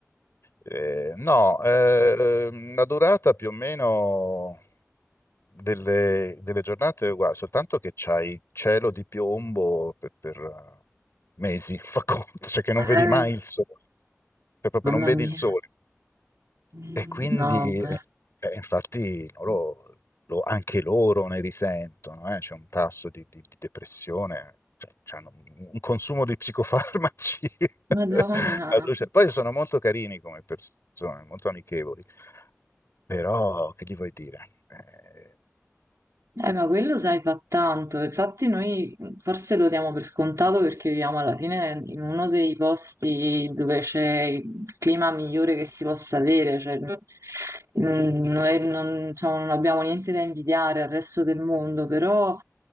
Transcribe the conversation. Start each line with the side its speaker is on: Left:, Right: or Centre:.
Left: eh, no, ehm, la durata più o meno delle, delle giornate è uguale, soltanto che c'hai cielo di piombo per, per, eh, mesi, <laughs> fa conto, cioè che non
Right: Eh,
Left: vedi mai il sole, cioè proprio
Right: mamma
Left: non vedi
Right: mia.
Left: il sole.
Right: No,
Left: E quindi,
Right: beh.
Left: eh, eh, infatti, loro- lo- anche loro ne risentono, eh, C'è un tasso di, di- di depressione, cioè, c'hanno un, un consumo di psicofarmaci.
Right: Madonna.
Left: <laughs> Allucin- Poi sono molto carini come persone, molto amichevoli, però che gli vuoi dire? Eh,
Right: Eh, ma quello sai fa tanto, infatti noi mm, forse lo diamo per scontato perché viviamo alla fine in uno dei posti dove c'è il clima migliore che si possa avere, cioè, mm, noi non, diciamo, non abbiamo niente da invidiare al resto del mondo, però